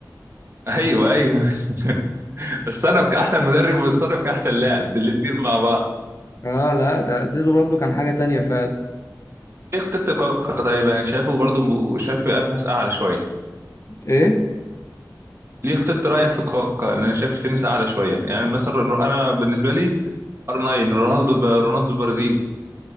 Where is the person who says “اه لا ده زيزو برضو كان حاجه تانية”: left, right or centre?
Left